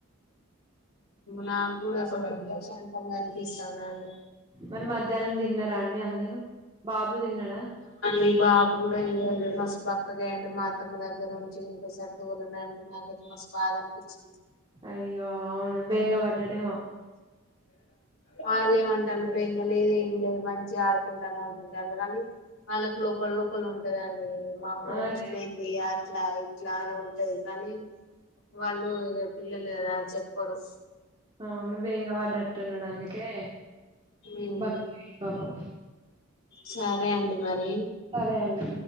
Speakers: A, on the left; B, on the right.
A: నాకు కూడా అసల్కి మోషన్స్ ఇంగనిపిస్తన్దండి
B: మరి మధ్యాహ్నం తిన్నారా అండి అందరు బాబు తిన్నాడా
A: ఈ బాబు కూడా ఇగ మస్తు బక్కగయిండు మా తమ్మ దగ్గర నుంచి ఇంకోసరితొలనని నాకైతే మస్తు బాధ అనిపించింది
B: అయ్యో అవును బేంగ వడ్డడేమో
A: వాళ్లేమంటాల్లు బెంగ లేదు ఏం లేదు మంచిగా ఆడుకుంటాడు అనుకుంల్లు కానీ వాళ్ళకి లోపల లోపల ఉంటదండి మా అమ్మ
B: అదే
A: చూసిపోయింది అట్లా ఇట్లా అని ఉంటది కానీ వాళ్ళు ఇగ పిల్లలు గదా చెప్పరు
B: అవును బేంగ వడ్డట్టున్నాడు అందుకే
A: ఉమ్
B: బక్కగయిండు పాపం
A: సరే అండి మరి
B: సరే అండి